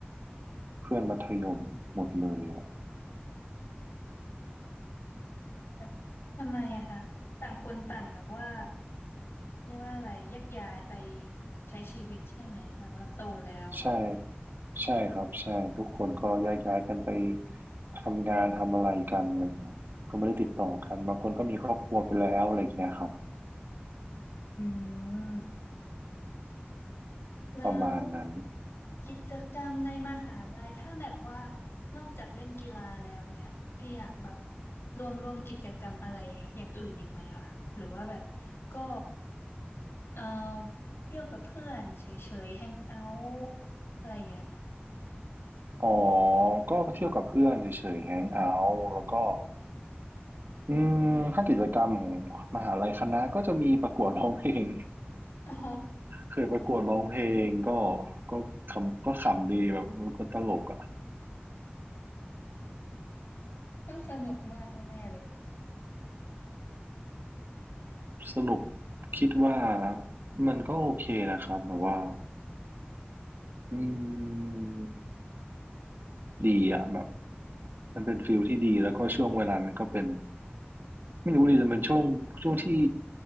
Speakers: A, on the right (about 60°); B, on the left (about 80°).
A: เพื่อนมัธยมหมดเลยอะ
B: แบบทำไมอะคะต่างคนต่างแบบว่าเรียกว่าอะไรแยกย้ายไปใช้ชีวิตใช่ไหมแบบว่าโตแล้ว
A: ใช่ใช่ครับใช่ทุกคนก็แยกย้ายกันไปทำงานทำอะไรกันอะไรเงี้ยก็ไม่ได้ติดต่อกันบางคนก็มีครอบครัวไปแล้วอะไรเงี้ยครับ
B: อืมแล้ว
A: ประมาณนั้น
B: กิจกรรมในมหาลัยถ้าแบบว่านอกจากเล่นกีฬาแล้วเนี่ยพี่อยากแบบรวมรวมกิจกรรมอะไรอย่างอื่นอีกไหมคะหรือว่าแบบก็เอ่อเที่ยวกับเพื่อนเฉยๆแฮงเอาท์อะไรเงี้ย
A: อ๋อก็เที่ยวกับเพื่อนเฉยๆแฮงเอาท์แล้วก็อืมถ้ากิจกรรมของมหาลัยคณะก็จะมีประกวดร้องเพลง
B: อ๋อ
A: เคยประกวดร้องเพลงก็ก็ขำก็ขำดีแบบมันก็ตลกอะ
B: ต้องสนุกมากแน่ๆเลย
A: สรุปคิดว่ามันก็โอเคนะครับแบบว่าอืมดีอะแบบมันเป็นฟิลที่ดีแล้วก็ช่วงเวลานั้นก็เป็นไม่รู้ดิแต่เป็นช่วงช่วงที่